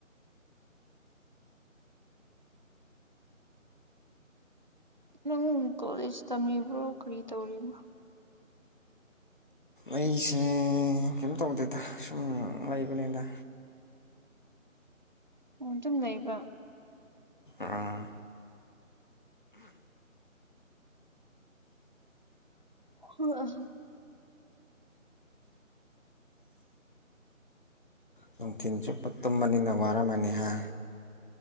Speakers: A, on the right; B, on the left.
A: ꯅꯪ ꯀꯣꯂꯦꯖ ꯇꯝꯃꯤꯕ꯭ꯔꯣ ꯀꯔꯤ ꯇꯧꯔꯤꯕꯅꫭ?
B: ꯑꯩꯁꯦ ꯀꯩꯝ ꯇꯧꯗꯦꯗꯥ ꯁꯨꯝꯝ ꯂꯩꯕꯅꯤꯗꯥ꯫
A: ꯑꫭ ꯑꯗꯨꯝ ꯂꯩꯕꯥ
B: ꯑꯝꯝ
A: ꯍꯥ <inaudible>
B: ꯅꯨꯡꯊꯤꯜ ꯆꯨꯞꯄꯥ ꯇꯨꯝꯕꯅꯤꯅꯥ ꯋꯥꯔꯝꯃꯅꯤ ꯍꯥ